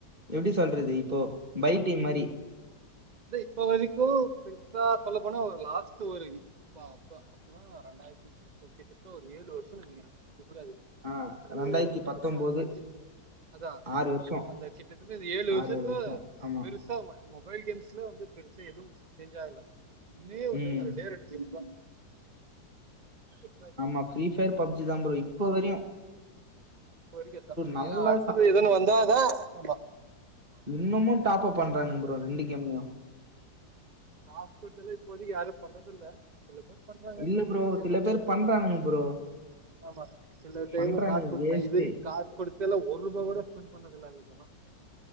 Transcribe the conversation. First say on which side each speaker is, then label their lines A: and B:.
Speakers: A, on the right; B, on the right.
A: எப்டி சொல்றது இப்போ பை டீம் மாரி
B: இது இப்ப வரிக்கு கொஞ் சொல்ல போனா ஒரு லாஸ்ட்டு ஒரு இப்ப அப்ப அப்பின்னா ரெண்டாய்ரத்தி ஓகே டச்ல ஒரு ஏழு வர்ஷோன் நெனைக்கிறே பாக்க கூடாது
A: ஆ ரெண்டாயிரத்தி
B: ஒரு கிட்டத்தட்ட
A: பத்தொம்போது
B: அஞ்சு அதா
A: ஆறு வருஷம்
B: அந்த கிட்டத்தட்ட அந்த ஏழு
A: ஆறு
B: வர்ஷத்துல
A: வருஷம் ஆமா
B: பெரு சாவுமே மொபைல் கேம்ஸ்ல வந்து பெருசா எதுவு சேஞ்சாகல வந்துகினே ஒரு
A: ம்
B: டைம்ல ரெண்டே ரெண்டு டீம் தா <inaudible>
A: ஆமா ஃப்ரீஃபயர், பப்ஜி தா ப்ரோ இப்ப வரையு
B: இப்ப வரிக்கு அத் தா
A: நல்லா
B: ஏனா அடுத்தது எதுனு வந்தா தா ஆமா
A: இன்னமு டாப்அப் பண்றானுக ப்ரோ ரெண்டு கேம்லியு
B: காஸ் குட்த்தல்லா இப்போதிக்கு யாரு பண்றதில்ல சில பேர் பன்றாங்க
A: இல்ல ப்ரோ
B: ட்யூவ்
A: சில
B: <unintelligible> த்துல
A: பேர் பண்றானுங்க ப்ரோ
B: ஆமா சில டைமு
A: பண்றானுங்க
B: காஸ் குட்த்
A: வேஸ்ட்
B: நா இது வரிக்கு காஸ் குடுத்தெல்லா ஒர்ருபா கூட ஸ்பெண் பண்ணது நல்தா